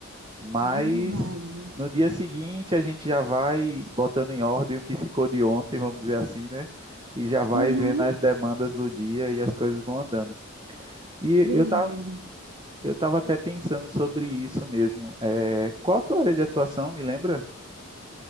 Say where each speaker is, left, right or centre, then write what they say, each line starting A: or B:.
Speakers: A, on the right; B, on the right.
A: Mas
B: Verdade.
A: no dia seguinte a gente já vai botando em ordem o que ficou de ontem, vamos dizer assim, né? E já vai
B: Uhum,
A: vendo as demandas do dia e as coisas vão andando. E
B: verdade.
A: eu tava, eu tava até pensando sobre isso mesmo. É, qual a tua área de atuação, me lembra?